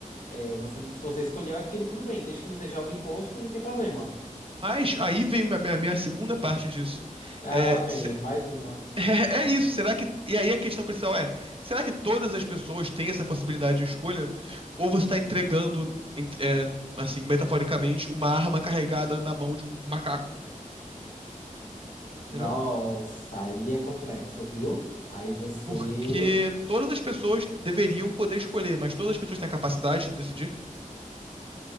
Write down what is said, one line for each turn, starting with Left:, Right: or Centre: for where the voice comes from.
Left: É, você, se você escolheu aquilo, tudo bem. Desde que não seja algo imposto, não tem problema.
Right: Mas aí vem a minha, a minha segunda parte disso.
Left: Ah,
Right: É,
Left: lá vem,
Right: se-
Left: mais uma.
Right: <laughs> é isso, será que. E aí a questão principal é: será que todas as pessoas têm essa possibilidade de escolha? Ou você está entregando, ent- é, assim, metaforicamente, uma arma carregada na mão de um macaco?
Left: Nossa,
Right: Entendeu?
Left: aí é complexo, viu? Aí você,
Right: Porque todas as pessoas deveriam poder escolher, mas todas as pessoas têm a capacidade de decidir?